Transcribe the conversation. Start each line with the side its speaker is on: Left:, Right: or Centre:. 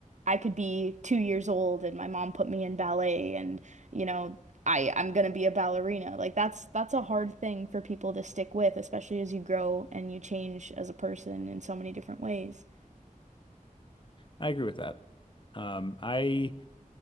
Right: I could be two years old and my mom put me in ballet, and you know I I'm gonna be a ballerina. Like that's that's a hard thing for people to stick with, especially as you grow and you change as a person in so many different ways.
Left: I agree with that. Um, I